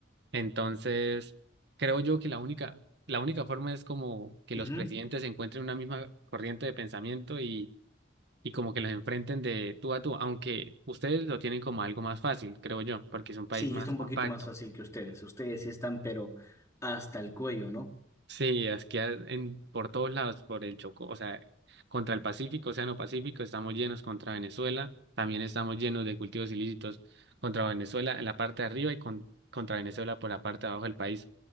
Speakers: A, on the right; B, on the left.
A: Entonces, creo yo que la única, la única forma es como que los
B: Ujú.
A: presidentes encuentren una misma corriente de pensamiento y, y como que los enfrenten de tú a tú, aunque ustedes lo tienen como algo más fácil, creo yo, porque es un país
B: Sí,
A: más
B: está un
A: compacto.
B: poquito más fácil que ustedes. Ustedes sí están, pero hasta el cuello, ¿no?
A: Sí, aquí a- en, por todos lados, por el Chocó, o sea, contra el Pacífico, Océano Pacífico, estamos llenos contra Venezuela, también estamos llenos de cultivos ilícitos contra Venezuela en la parte de arriba y con- contra Venezuela por la parte de abajo del país.